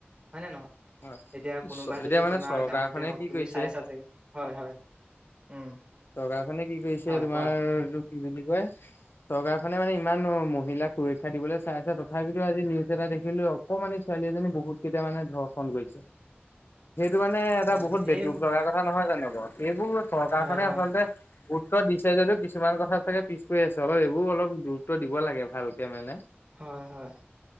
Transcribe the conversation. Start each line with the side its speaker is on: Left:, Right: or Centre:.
Right: হয় নে নহয়?
Left: হয়।
Right: এতিয়া কোনোবাই
Left: এতিয়া
Right: যদি
Left: মানে
Right: তোমাৰ
Left: চৰকাৰখনে
Right: গাঁৱতে হওঁক
Left: কি
Right: তুমি
Left: কৰিছে
Right: চাইছা চাগে হয়, হয়। উম
Left: চৰকাৰখনে কি কৰিছে,
Right: হয়
Left: তোমাৰ
Right: কোৱা
Left: এইটো কি বুলি কয়? চৰকাৰখনে মানে ইমান মহিলাক সুৰক্ষা দিবলৈ চাই আছে, তথাপিতো আজি নিউজ এটা দেখিলোঁ অকমানি ছোৱালী এজনী বহুত কেইটা মানে ধৰ্ষণ কৰিছে। সেইটো মানে এটা
Right: এ
Left: বহুত
Right: সেই
Left: বে দুখ লগা কথা নহয় জানোঁ বাৰু এইবোৰ
Right: হয়
Left: <unintelligible> আচলতে
Right: হয়
Left: উত্তৰ দিছে যদিও কিছুমান কথা চাগে পিছ পৰি আছে, অলপ এইবোৰ অলপ গুৰুত্ব দিব লাগে ভালকে মানে।
Right: হয়, হয়।